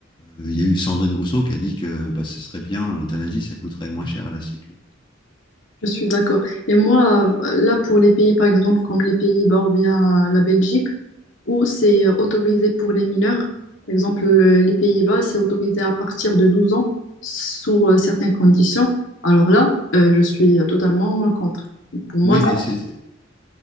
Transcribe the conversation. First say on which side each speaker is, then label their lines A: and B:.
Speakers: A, on the left; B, on the left.
A: il y a eu Sandrine Rousseau qui a dit que bah, ce serait bien, l'euthanasie, ça coûterait moins cher à la Sécu.
B: Je suis d'accord. Et moi, euh, là, pour les pays, par exemple, comme les Pays-Bas ou bien euh, la Belgique, où c'est euh, autorisé pour les mineurs, par exemple, le- les Pays-Bas, c'est autorisé à partir de 12 ans, sous euh, certaines conditions. Alors là, euh, je suis euh, totalement contre. Pour moi,
A: Oui,
B: c'est-
A: mais c'est c'est-